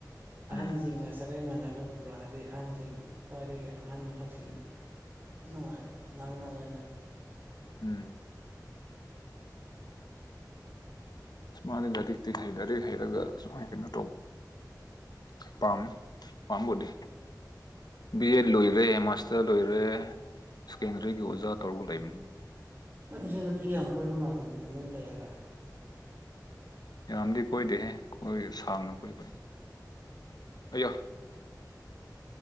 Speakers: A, on the right (about 30°); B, on the left (about 70°).
A: ꯑꯍꯟꯁꯤꯡꯅ
B: ꯎꯝ
A: ꯁꯥꯒꯩ ꯃꯥꯟꯅꯕ ꯄꯨꯔꯛꯑꯗꯤ ꯑꯍꯟꯁꯤꯡ ꯈ꯭ꯋꯥꯏꯗꯒꯤ ꯑꯍꯟ ꯃꯊꯛꯁꯤꯡ ꯅꯨꯡꯉꯥꯏꯕ ꯉꯥꯡꯅꯒꯅꯤ
B: ꯎꯝ ꯑꯃꯅ ꯂꯥꯏꯔꯤꯛꯇꯤ ꯍꯩ ꯂꯥꯏꯔꯤꯛ ꯍꯩꯔꯒ ꯁꯨꯃꯥꯏꯅ ꯀꯩꯅꯣ ꯇꯧꯕ ꯄꯝ ꯄꯝꯕꯨꯗꯤ ꯕꯤ ꯑꯦꯠ ꯂꯣꯏꯔꯦ ꯃꯥꯁꯇꯔ ꯂꯣꯏꯔꯦ ꯁ꯭ꯀꯦꯟꯗꯔꯤꯒꯤ ꯑꯣꯖꯥ ꯇꯧꯔꯒ ꯂꯩꯕꯅꯤ
A: ꯑꯩ ꯁꯤ ꯅꯨꯄꯤ ꯌꯥꯝ ꯀꯣꯏꯕ ꯃꯥꯜꯜꯂꯤꯏꯅꯦ ꯇꯨꯃꯤꯟꯅ ꯂꯩꯔꯒ
B: ꯌꯥꯔꯝꯗꯤ ꯀꯣꯏꯗꯦꯍꯦ ꯀꯣꯏ ꯁꯥꯡꯅ ꯀꯣꯏꯕ ꯑꯩ ꯑꯣ <unintelligible>